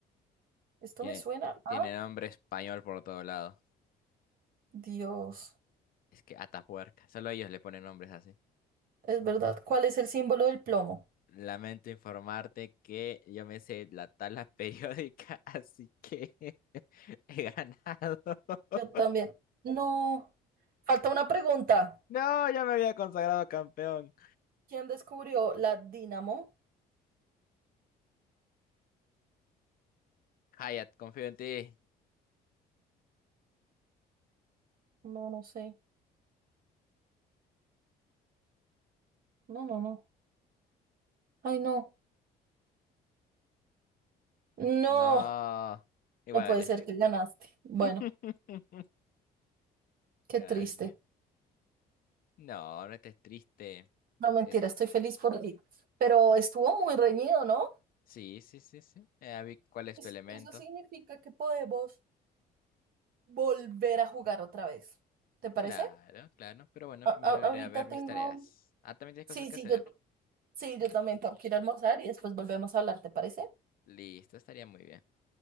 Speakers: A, on the right (about 60°); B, on the left (about 60°).
A: Esto
B: Tiene,
A: me suena a
B: tiene nombre español por todo lado.
A: Dios.
B: Es que Atapuerca. Solo ellos le ponen nombres así.
A: Es verdad. ¿Cuál es el símbolo del plomo?
B: Lamento informarte que yo me sé la tabla periódica, <laughs> así que <laughs> he ganado. <laughs>
A: Yo también. No. Falta una pregunta.
B: No, ya me había consagrado campeón.
A: ¿Quién descubrió la dínamo?
B: Hayat, confío en ti.
A: No, no sé. No, no, no. Ay, no. No.
B: No, igual
A: No puede
B: gané.
A: ser que ganaste. Bueno,
B: <laughs>
A: qué
B: Gané.
A: triste.
B: No, no estés triste.
A: No, mentira,
B: Eh,
A: estoy feliz por ti. Pero estuvo muy reñido, ¿no?
B: sí, sí, sí, sí. Ya vi cuál es
A: Es-
B: tu elemento.
A: eso significa que podemos volver a jugar otra vez. ¿Te parece?
B: Claro, claro. Pero bueno,
A: A-
B: primero
A: a-
B: iré
A: ahorita
B: a ver
A: tengo...
B: mis tareas. Ah, también tienes
A: Sí,
B: cosas que
A: sí,
B: hacer.
A: yo, sí, yo también tengo que ir a almorzar y después volvemos a hablar, ¿te parece?
B: Listo, estaría muy bien.